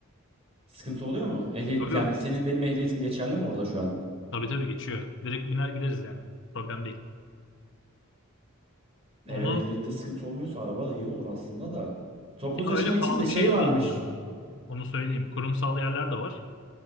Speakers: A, on the right (about 30°); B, on the left (about 60°).
A: sıkıntı oluyor mu? Ehliyet
B: Yo yo.
A: yani senin benim ehliyetim geçerli mi orada şu an?
B: Tabii tabii geçiyor. Direkt biner gideriz yani. Problem değil. Onu
A: Eğer ehliyette sıkıntı olmuyorsa araba da iyi olur aslında da. Toplu taşıma
B: Ya öyle pahalı
A: için de
B: bir
A: şey
B: şey de
A: varmış.
B: değil bu arada. Onu söyleyeyim. Kurumsal yerler de var.